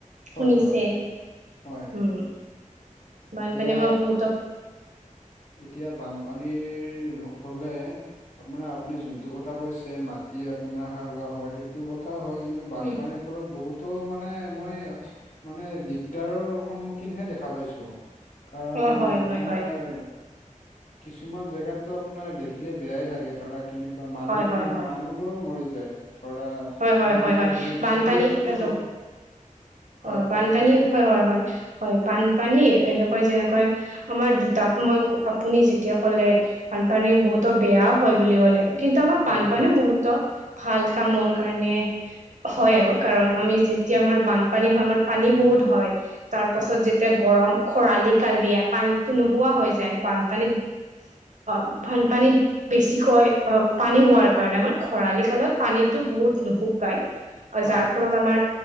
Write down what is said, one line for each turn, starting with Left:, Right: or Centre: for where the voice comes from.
Left: হয়
Right: শুনিছে,
Left: হয় হয়
Right: উম।
Left: <unintelligible>
Right: বানপানীয়ে
Left: এতিয়া
Right: আমাক বহতক
Left: এতিয়া বানপানীৰ হ'লে আপোনাৰ আপুনি যোনটো কথা কৈছে মাটি আপোনাৰ সাৰুৱা হয় সেইটো কথাও হয় কিন্তু <unintelligible> বানপানী
Right: উম
Left: ফলত বহুতো মানে মই মানে দিগদাৰৰ সন্মুখীনহে দেখা পাইছোঁ। কাৰণ
Right: অ হয় হয়
Left: আপোনাৰ
Right: হয়
Left: কিছুমান জেগাততো আপোনাৰ দেখিলে বেয়াই লাগে ধৰা কেনেকুৱা মানুহ-মানুহবোৰো
Right: হয় হয় হয়
Left: মৰি যায়, ধৰা
Right: হয় হয়
Left: জীৱ
Right: হয়
Left: জন্তু
Right: হয়,
Left: জীৱ
Right: বানপানী
Left: জীৱ জন্তুৰ
Right: <unintelligible>
Left: লগত হয়
Right: অ', বানপানী
Left: কওকচোন
Right: হয় হয় হয়। হয় বানপানী এনেকুৱা যেনেকৈ আমাৰ দুটা মই আপুনি যেতিয়া কলে, বানপানী বহুতো বেয়াও হয় বুলি ক'লে কিন্তু আমাৰ বানপানীও
Left: হয় হয়
Right: বহুতো ভাল কামৰ কাৰণে হয় আৰু, কাৰণ আমি যেতিয়া আমাৰ বানপানী হয় আমাৰ পানী বহুত হয় তাৰ পাছত
Left: হয়
Right: যেতিয়া গৰম, খৰালি কাল দিয়ে, পানীতো নোহোৱা হৈ যায় বানপানীত অ', বানপানীত বেছিকৈ অ', পানী হোৱাৰ কাৰণে আমাৰ খৰালি কালত পানীত টো বহুত নুশুকাই
Left: হয়
Right: যাৰ ফলত আমাৰ